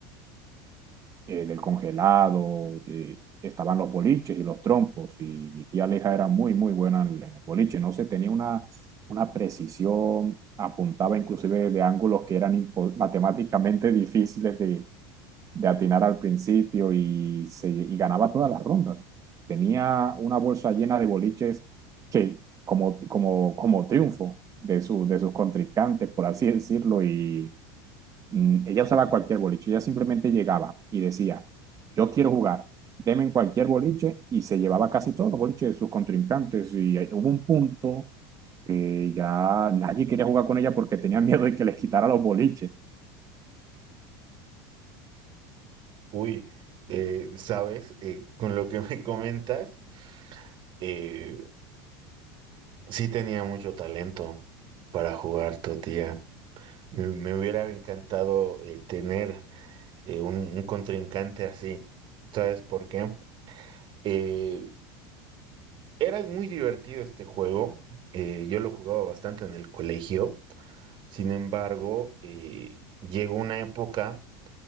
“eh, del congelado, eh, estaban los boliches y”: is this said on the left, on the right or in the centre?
Right